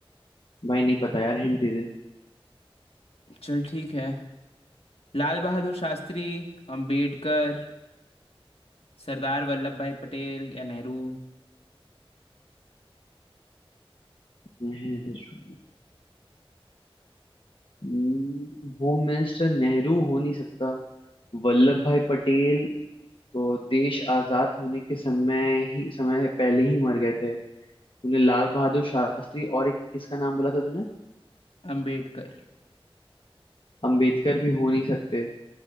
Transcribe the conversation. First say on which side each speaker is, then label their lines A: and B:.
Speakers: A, on the left (about 60°); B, on the left (about 80°).
A: भाई नहीं पता यार हिंट दे दे
B: चल ठीक है लाल बहादुर शास्त्री अंबेडकर सरदार वल्लभ भाई पटेल या नेहरू
A: नेहरू हम्म, होम मिनिस्टर नेहरू हो नहीं सकता वल्लभ भाई पटेल तो देश आजाद होने के समय ही समय पहले ही मर गए थे तूने लाल बहादुर शास्त्री और एक किसका नाम बोला था तूने
B: अंबेडकर
A: अंबेडकर भी हो नहीं सकते